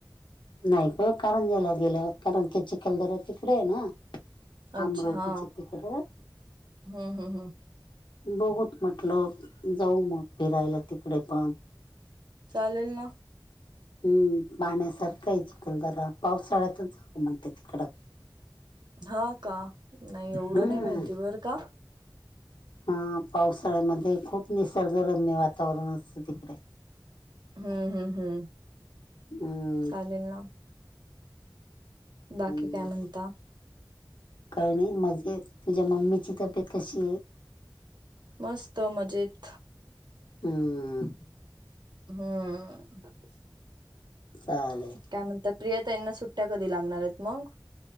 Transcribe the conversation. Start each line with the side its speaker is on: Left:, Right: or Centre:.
Left: नाही ग कारंजीला गेलं कारं ते चिखलदरा तिकडे आहे ना
Right: अच्छा
Left: अमरावतीच्या
Right: हा
Left: तिकडे
Right: हम्म हम्म हम्म,
Left: बहुत मतलब, जाऊ मग फिरायला तिकडे पण,
Right: चालेल ना
Left: हम्म पाण्यासारखा आहे चिकलदरा पावसाळ्यातच, हो म्हणते तिकड,
Right: हा का नाही एवढं
Left: हम्म
Right: नाही माहिती बर का,
Left: हा पावसाळ्यामध्ये खूप निसर्गरम्य वातावरण असतं तिकडे,
Right: हम्म हम्म हम्म
Left: ह
Right: चालेल ना बाकी
Left: ह
Right: काय म्हणता
Left: कारणे म्हजे तुझ्या मम्मीची तब्येत कशी आहे
Right: मस्त मजेत
Left: हम
Right: हम
Left: चाले
Right: काय म्हणतात प्रिया त्यांना सुट्ट्या कधी लागणार आहेत मग